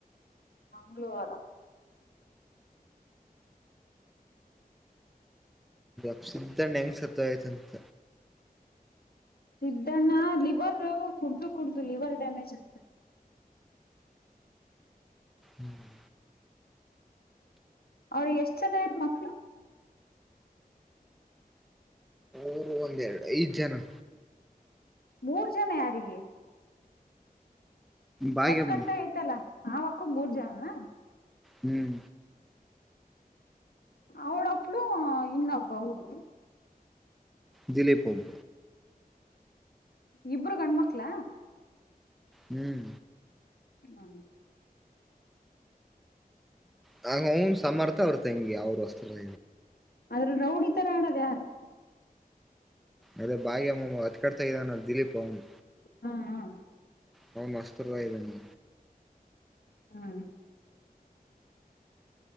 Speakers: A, on the left; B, in the centre.
A: ಮಂಗಳೂಾರ
B: ಪ್ಸಿದ್ದಣ ಹೆಂಗ್ ಸತ್ ಆಯ್ತಂತ
A: ಸಿದ್ದಣ್ಣ ಲಿವರ್ ಕುಡ್ದು ಕುಡ್ದು ಲಿವರ್ ಡ್ಯಾಮೇಜ್ ಆಯ್ತು
B: ಹ್ಮ್
A: ಅವ್ರ ಎಷ್ಟ್ ಜನ ಇಾರ ಮಕ್ಳು
B: ಊರು ಒಂದ್ೆರಡು ಐದ್ ಜನ
A: ಮೂರ್ ಜನ ಯಾರಿಗೆ
B: ಭಾಗ್ಯಮ್ಮ
A: ಹೊತ್ ಕಡ್ತ ಐತಲ್ಲ ಆವಕ್ಕೂ ಮೂರ್ ಜನನ
B: ಹ್ಮ್
A: ಅವಳಪ್ಳು ಇನ್ನೊಬ್ ಹಡುಗ
B: ದಲೇಪಬ್ಬ
A: ಇಬ್ರು ಗಂಡ್ಮಕ್ಳ
B: ಹ್ಮ್
A: ಹ್ಮ
B: ನಗ ಅವನು ಸಮಮ್ಮರ್ತ ಅವ್ರ ತಂಗಿ ಅವ್ರು ವಸ್ತ್ರ
A: ಆದ್ರ ರೌಡಿ ತರ ಆೋದು ಯಾರು
B: ಅದೇ ಬಾಯಿ ಅಮ್ಮಮ್ಮ ಅಕಡ್ತಾ ಇದಾನ ದಿೀಪ್ ಅವನು
A: ಹ್ಮ ಹ್ಮ್
B: ಹಾ ಮಸ್ತರ್ ಭಾಯ ಬ ನೀ
A: ಹಾ